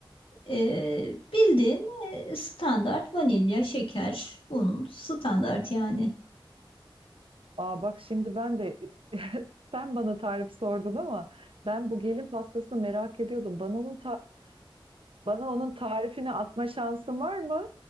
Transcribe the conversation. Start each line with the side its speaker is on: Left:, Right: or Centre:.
Left: Ee, bildiğin e, standart vanilya, şeker, un standart yani.
Right: Aa bak şimdi ben de sen bana tarif sordun ama ben bu gelin pastasını merak ediyordum. Bana onun ta- bana onun tarifini atma şansın var mı?